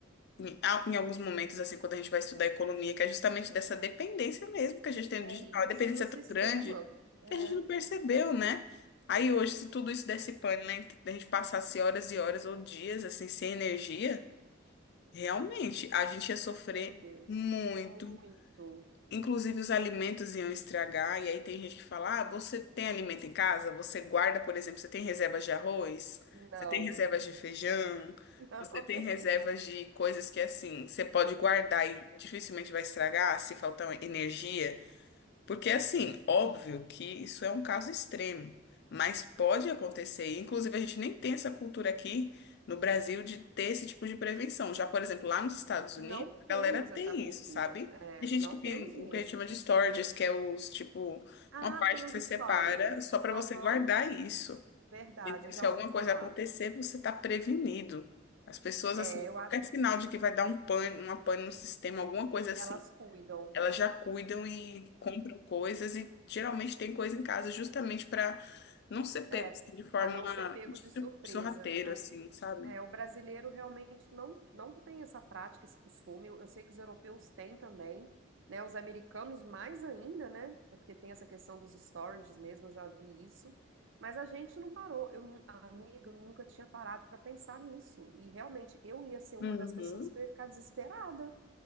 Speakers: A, on the left; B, on the right.
A: Em a- em alguns momentos, assim, quando a gente vai estudar economia, que é justamente dessa dependência mesmo que a gente tem
B: É
A: do digital,
B: isso
A: a dependência
B: do sistema.
A: é tão grande
B: É,
A: que a gente não percebeu, né? Aí hoje, se tudo isso desse pane, né, a gente passasse horas e horas ou dias, assim, sem energia, realmente, a gente ia sofrer
B: meu Deus.
A: muito,
B: Muito.
A: Inclusive, os alimentos iam estragar, e aí tem gente que fala: ah, você tem alimento em casa? Você guarda, por exemplo, você tem reservas de arroz?
B: Não,
A: Você tem reservas de feijão?
B: <laughs> não.
A: Você tem reservas de coisas que, assim, você pode guardar e dificilmente vai estragar se faltar energia? Porque, assim, óbvio que isso é um caso extremo, mas pode acontecer. Inclusive, a gente nem tem essa cultura aqui no Brasil de ter esse tipo de prevenção. Já, por exemplo, lá nos Estados
B: Não
A: Unidos,
B: temos
A: a galera tem
B: essa cultura.
A: isso, sabe?
B: É,
A: Tem gente
B: não
A: que
B: temos
A: tem o
B: mesmo.
A: que a gente chama de storages, que é os, tipo,
B: Ah,
A: uma parte
B: tem
A: que
B: os
A: você
B: stories.
A: separa só para
B: Aham,
A: você guardar isso.
B: verdade,
A: E
B: eu já
A: se
B: ouvi
A: alguma
B: falar.
A: coisa acontecer, você está prevenido. As pessoas,
B: É,
A: assim,
B: eu
A: qualquer
B: acho que
A: sinal de que vai dar um pane, uma pane no sistema, alguma coisa assim
B: elas cuidam.
A: elas já cuidam e compram coisas e geralmente tem coisa em casa justamente para não ser pego
B: É, é,
A: assim, de forma
B: para não ser pego
A: de
B: de surpresa.
A: sorrateiro,
B: Eu,
A: assim, sabe?
B: É, o brasileiro realmente não, não tem essa prática, esse costume. Eu, eu sei que os europeus têm também, né? Os americanos mais ainda, né? Porque tem essa questão dos storages mesmo, eu já vi isso. Mas a gente não parou. Eu, nu- amiga, eu nunca tinha parado para pensar nisso. E realmente eu ia ser uma
A: Uhum.
B: das pessoas que eu ia ficar desesperada.